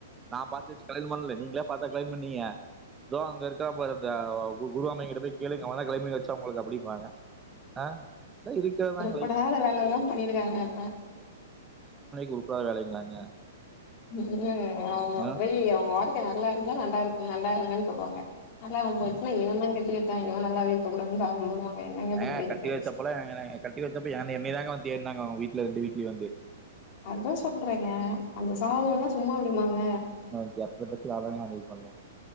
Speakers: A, on the right; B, on the left.
A: நா பாத்து வெச் கல்யாணோ பண்ல நீங்களே பாத்தா கல்யாண பண்ணிங்க தோ அங்க இருக்கா பாரு அந்த அவ குருவாமைங்க ட்ட போய் கேளுங்க அவுங்க தா கல்யாணோ பண்ணி வெச்சாங் ஒங்களுக்கு அப்டிங்வாங்க ஆ இதெல்லா இருக்கறது தாங்
B: படாத வேலைகளெல்ல பண்ணிருக்காங்க அப்ப
A: உருபடாத வேலைங்களாங்க
B: ம் அவுங்க
A: ஆ?
B: போய் அவுங்க வாழ்க்க நல்லா இருந்தா நல்லா இருக்கு நல்லா இருங்கன் சொல்லுவாங்க நல்லா தா போச்சு
A: ம்.
B: ஏ தா கட்டி வச்சாங்களோ நல்லாவே இருக்ககூடாதுன் சாபோ போடுவாங்க என்னங்க பண்றது
A: ஏங்க கட்டி வெச்சப்பலா <unintelligible> கட்டி வெச்சப்ப ஏன்ன என்னயதாங்க வந்து தேட்னாங்க அவுங்க வீட்லிருந்து ரெண்டு விட்லயு வந்து
B: அதா சொல்றேங்க அந்த சாபோ எல்லா சும்மா விடுமாங்க
A: <unintelligible> அவுங்க தா ஹாண்டில் பண்ணு